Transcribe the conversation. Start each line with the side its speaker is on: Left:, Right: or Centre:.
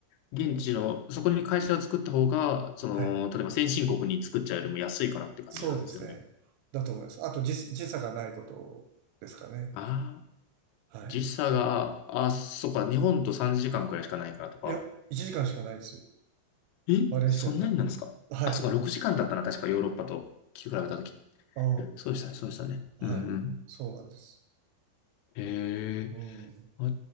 Left: 現地の、そこに会社を作った方が、その、
Right: はい。
Left: 例えば先進国に作っちゃうよりも安いからって感じなんですよね。
Right: そうですね。だと思います。あと時、時差がないことですかね。
Left: ああ、ああ、
Right: はい。
Left: 時差が、あ、そうか、日本と3時間くらいしかないからとか。
Right: いや、1時間しかないですよ。
Left: え、
Right: マレーシアと。
Left: そんなになんですかあ、
Right: はい。
Left: そうか、6時間だったな、確かヨーロッパと聞き比べたとき。
Right: ああ、
Left: そうでしたね、そうでしたね。
Right: はい。
Left: うんうん。
Right: そうなんです。
Left: ええ
Right: うん。
Left: あ、